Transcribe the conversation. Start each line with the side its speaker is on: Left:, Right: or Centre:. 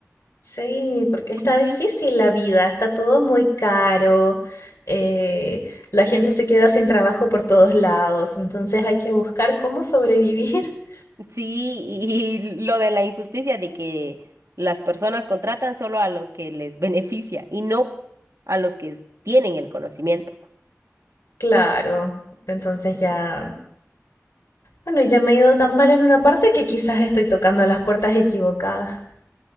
Left: Sí, porque está
Right: Ujú.
Left: difícil la vida, está todo muy caro, eh, la gente se queda sin trabajo por todos lados, entonces hay que buscar cómo sobrevivir. <laughs>
Right: Sí, y lo de la injusticia de que las personas contratan solo a los que les beneficia y no a los que tienen el conocimiento.
Left: Claro, entonces ya, bueno, ya me he ido tan mal en una parte que quizás estoy tocando las puertas equivocadas.